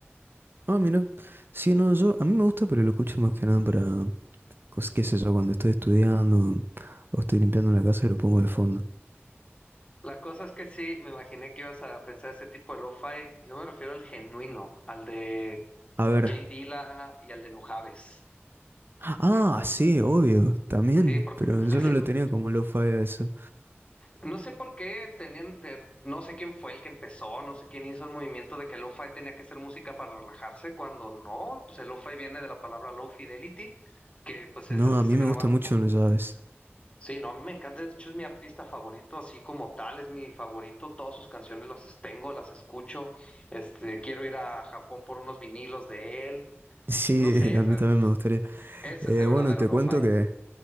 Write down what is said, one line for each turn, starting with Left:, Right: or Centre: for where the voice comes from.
Right: Ah, mira, sí, no, yo, a mí me gusta, pero lo escucho más que nada para, cos- qué sé yo, cuando estoy estudiando o estoy limpiando la casa y lo pongo de fondo.
Left: La cosa es que sí, me imaginé que ibas a pensar ese tipo de lo-fi. Yo me refiero al genuino, al de
Right: A ver,
Left: Jay Dilla y al de Nujaves.
Right: Ah, sí, obvio, también,
Left: Sí, porque,
Right: pero
Left: porque
Right: yo
Left: sí,
Right: no lo
Left: no,
Right: tenía como lo-fi a eso.
Left: no sé por qué tenían, de- no sé quién fue el que empezó, no sé quién hizo el movimiento de que lo-fi tenía que ser música para relajarse, cuando no, pues el lo-fi viene de la palabra low fidelity, que pues
Right: No,
Left: es, es
Right: a mí me
Left: grabar
Right: gusta mucho, no sabes.
Left: Sí, no, a mí me encanta, de hecho es mi artista favorito, así como tal, es mi favorito, todas sus canciones las es- tengo, las escucho, este, quiero ir a Japón por unos vinilos de él,
Right: Sí,
Left: no sé,
Right: <laughs>
Left: esa
Right: a mí también
Left: es-
Right: me gustaría.
Left: ese
Right: Eh,
Left: es el
Right: bueno,
Left: verdadero
Right: te
Left: lo-fi.
Right: cuento que